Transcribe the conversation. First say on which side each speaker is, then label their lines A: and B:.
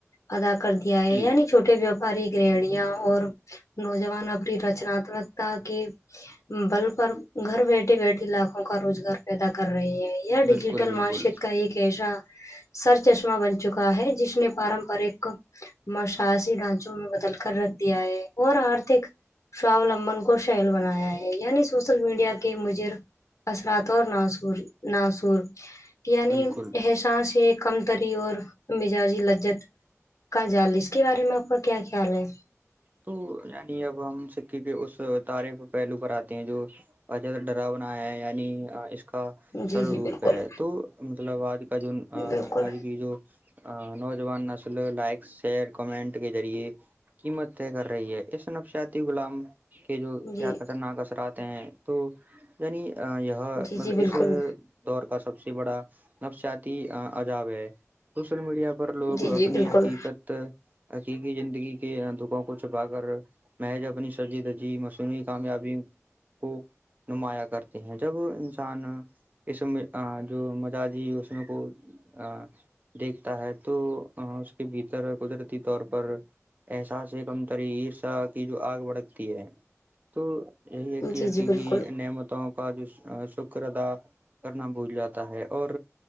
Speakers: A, on the left (about 70°); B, on the right (about 35°).
A: ادا کیا ہے
B: جی
A: یعنی چھوٹے وپاری گرہنیاں اور نوجوان اپنی رچناتمکتا کے بل پر گھر بیٹے بیٹے لاکھوں کا روزگار پیدا کر رہی ہے یے
B: بالکل
A: ڈیجیٹل
B: بالکل
A: مارشد کا ایک کیسا سر چشمہ بن چکا ہے جس نے پارمپرک مشاسی ڈھانچوں میں بدل کر رکھ دیا ہے اور آرتھک ساولا من کو شین بنایا ہے یعنی سوشل میڈیا کہ مجر اثرات اور ناسور ناسور یعنی
B: بالکل
A: احساس ہے کمتری اور مزاجی لجت کا جال اس کے بارے میں آپ کا کیا خیال ہے
B: تو یعنی اب ہم سکے کے اس تارخف پہلو پر آتے ہیں جو اجت ڈرا بنایا ہے یعنی اس کا
A: جی
B: سر
A: جی
B: روپ
A: بالکل
B: ہے تو مطلب آج کا جو
A: بالکل
B: آج کی جو نوجوان نسل لائک شیئر کمنٹ کے ذریعے قیمت طے کر رہی ہے اس نفشیاتی غلام کے جو کیا
A: جی
B: خطرناک اثرات ہیں تو یعنی یہ
A: جی
B: مطلب
A: جی بالکل
B: اس دور کا سب سے بڑا نفسیاتی عجاب ہے سوشل میڈیا پر لوگ
A: جی
B: اپنی
A: جی بالکل
B: حقیقت تو عکی کی زندگی کے آ ر کو چھپا کر محض اپنی سرجی دجی مصوعی کامیابی کو نمایاں کرتے ہیں جب انسان اس میں جو مزاجی اس میں کو ہاں دیکھتا ہے تو اس کے بھیتر قدرتی طور پر احساس ایک م تری عرشا کی جو آگ بڑکتی ہے تو یہی ایک ہی
A: جی
B: ہکی
A: جی
B: کی
A: بالکل
B: نعمت کا جو شکر ادا کرنا بھول جاتا ہے اور